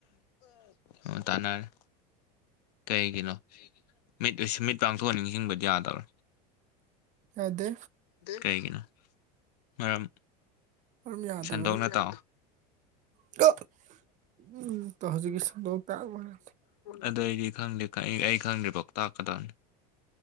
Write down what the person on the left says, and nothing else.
ꯑꯣ ꯇꯥꯅꯔ ꯀꯩ ꯀꯩꯅꯣ ꯃꯤꯠ ꯃꯤꯠ ꯄꯥꯡꯊꯣꯛꯑ ꯅꯤꯡꯁꯤꯡꯕꯗꯤ ꯌꯥꯗꯕꯔꯥ
ꯀꯩꯒꯤꯅꯣ ꯃꯔꯝ
ꯁꯟꯗꯣꯛꯅ
ꯇꯥꯛꯑꯣ
ꯑꯗꯨ ꯑꯩꯗꯤ ꯈꯪꯗꯦ ꯀꯥ ꯑꯩ ꯑꯩ ꯈꯪꯗ꯭ꯔꯤꯐꯥꯎ ꯇꯥꯛꯀꯗꯝꯅꯤ